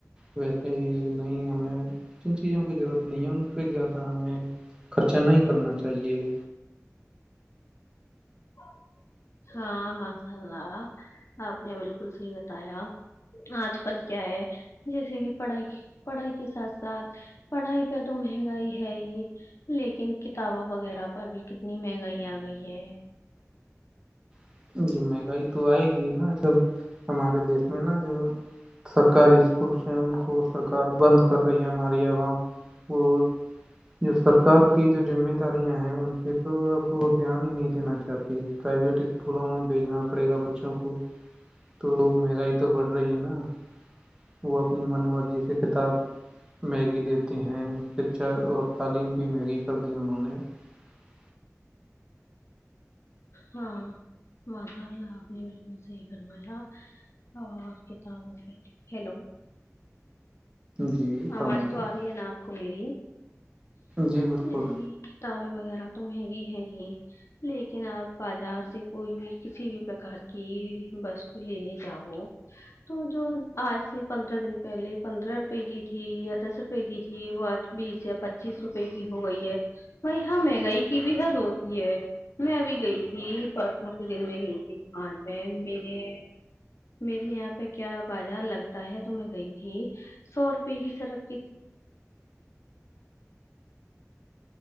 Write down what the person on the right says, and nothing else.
ویسے ہی نہیں ہمیں جن چیزوں کی ضرورت نہیں ہے ان پہ زیادہ ہمیں خرچا نہیں کرنا چاہیے
<unintelligible> <unintelligible>
جی فرمائیے
جی بالکل